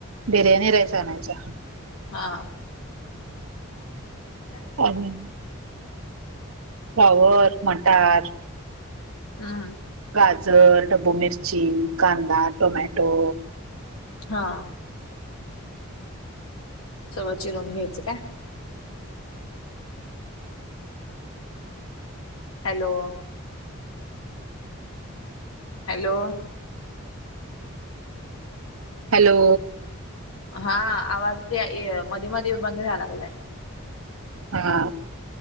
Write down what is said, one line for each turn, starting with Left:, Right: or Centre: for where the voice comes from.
Right: बिर्याणी राईस आणायचा.
Left: हा <inaudible>
Right: <unintelligible> फ्लावर मटार
Left: हा
Right: गाजर, डब्बू मिरची, कांदा, टोमॅटो
Left: हां सगळ चिरवून घ्यायच काय. हॅलो हॅलो
Right: हॅलो
Left: हा आवाज मध्ये मध्ये बंद व्हायला लागलाय.
Right: हा